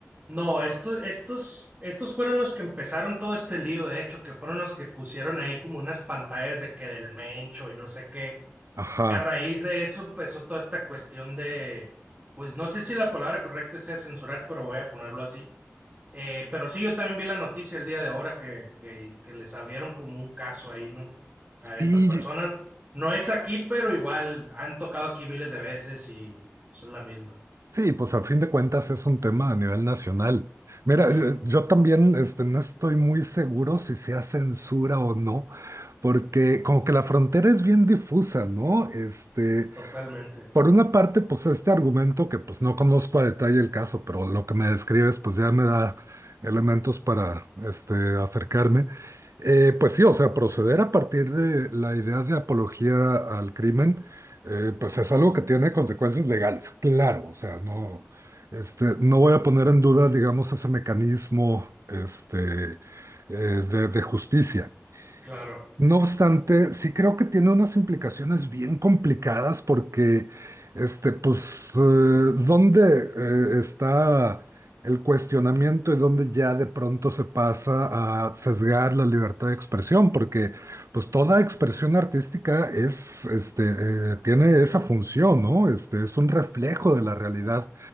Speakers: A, on the right; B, on the right.
A: No, estos, estos, estos fueron los que empezaron todo este lío, de hecho, que fueron los que pusieron ahí como unas pantallas de que del Mencho y no sé qué.
B: Ajá.
A: Y A raíz de eso empezó toda esta cuestión de, pues no sé si la palabra correcta sea censurar, pero voy a ponerlo así. Eh, pero sí, yo también vi la noticia el día de ahora que, que, que les abrieron como un caso ahí, ¿no?
B: Sí,
A: A estas personas. No es aquí, pero igual han tocado aquí miles de veces y pues, es la misma.
B: Sí, pues al fin de cuentas es un tema a nivel nacional. Mira,
A: Claro,
B: yo, yo también este, no estoy muy seguro si sea censura o no, porque como que la frontera es bien difusa, ¿no? Este,
A: totalmente,
B: por una parte, pues este argumento que pues no conozco a detalle el caso, pero lo que me describes pues ya me da elementos para este, acercarme. Eh, pues sí, o sea, proceder a partir de la idea de apología al crimen, eh, pues es algo que tiene consecuencias legales, claro, o sea, no, este, no voy a poner en duda, digamos, ese mecanismo este, eh, de de justicia.
A: claro,
B: No obstante, sí creo que tiene unas implicaciones bien complicadas porque, este, pues, eh, ¿dónde eh, está el cuestionamiento y dónde ya de pronto se pasa a sesgar la libertad de expresión? Porque, pues, toda expresión artística es, este, eh, tiene esa función, ¿no? Este, es un reflejo de la realidad